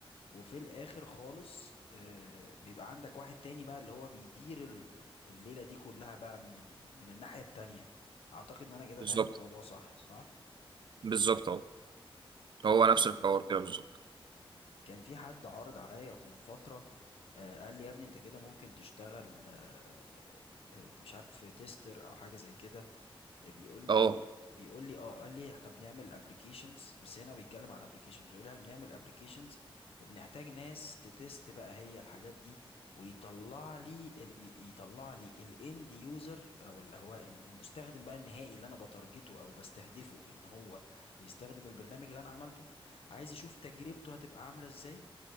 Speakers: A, on the left; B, on the right.
A: وفي الاخر خالص آه، بيبقى عندك واحد تاني بقى اللي هو بيدير ال- الليلة دي كلها بقى من ال- من الناحية التانية اعتقد ان انا كده
B: بالظبط
A: فاهم الموضوع صح صح
B: بالظبط اهو
A: طب
B: هو
A: كويس
B: نفس الحوار
A: جدا
B: كده بالظبط
A: كان في حد عارض عليا من فترة آه، قال لي يا ابني انت كده ممكن تشتغل آه، آه، مش عارف تيستر او حاجة زي كده بيقول لي
B: اه
A: بيقول لي اه قال لي احنا بنعمل ابلكيشنز بس هنا بيتكلم على الابلكيشنز بيقول لي احنا بنعمل ابلكيشنز وبنحتاج ناس تتست بقى هي الحاجات دي ويطلع لي ال- بي- يطلع لي الاند يوزر او اللي هو ال- المستخدم بقى النهائي اللي انا بتارجته او بستهدفه ان هو يستخدم البرنامج اللي انا عملته عايز اشوف تجربته هتبقى عاملة ازاي